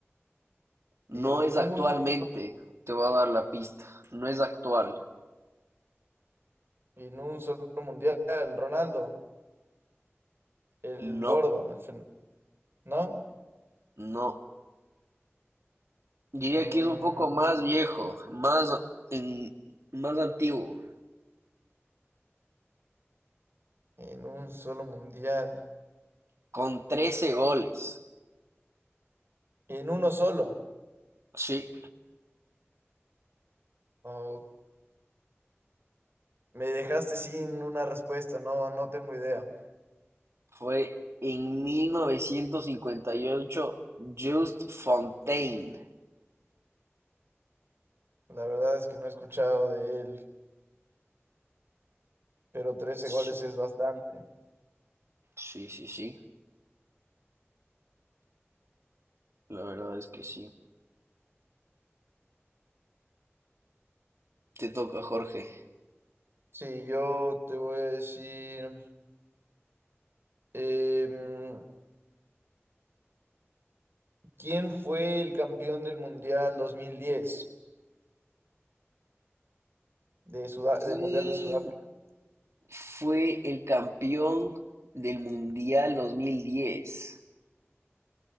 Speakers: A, on the right (about 70°); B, on the right (about 55°).
A: No
B: En
A: es
B: un,
A: actualmente.
B: solo-
A: Te voy a dar la pista. No es actual.
B: en un solo mundial, Ronaldo, el
A: No,
B: gordo, el fen- ¿no?
A: no. Diría
B: Mm,
A: que es un poco más viejo, más, en- más antiguo,
B: En un solo mundial.
A: con trece goles.
B: En uno solo.
A: Sí,
B: No, me dejaste sin una respuesta. No, no tengo idea.
A: fue en 1958 Just Fontaine.
B: La verdad es que no he escuchado de él. Pero trece
A: Sí,
B: goles es bastante.
A: sí, sí, sí. La verdad es que sí. Te toca, Jorge.
B: Sí, yo te voy a decir. em, ¿quién fue el campeón del mundial dos mil diez De Sudá- del
A: ¿Quién
B: mundial de Sudáfrica.
A: fue el campeón del Mundial 2010?